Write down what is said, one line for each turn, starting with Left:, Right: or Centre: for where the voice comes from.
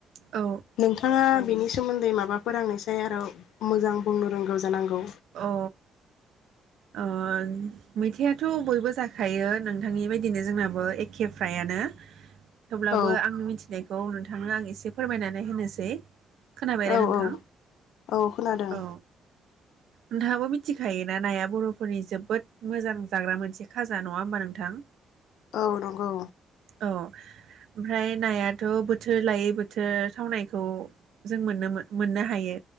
Right: औ
Left: नोंथाङा बिनि सोमोन्दै माबाफोर आंनि सेराव आरो मोजां बुंनो रोंगौ जानांगौ।
Right: अ अ मैथाआथ' बयबो जाखायो नोंथांनि बायदिनो जोंनाबो एखेफ्रायानो। थेवब्लाबो
Left: औ
Right: आंनि मिथिनायखौ नोंथांनो आं एसे फोरमायनानै होनोसै। खोनाबाय
Left: औ
Right: दा नोंथां?
Left: औ औ खोनादों
Right: औ नोंथाङाबो मिथिखायोना नाया बर'फोरनि जोबोद मोजां जाग्रा मोनसे खाजा नङा होमबा नोंथां।
Left: औ नंगौ
Right: औ ओमफ्राय नायाथ' बोथोर लायै बोथोर थावनायखौ जों मोननो मोननो हायो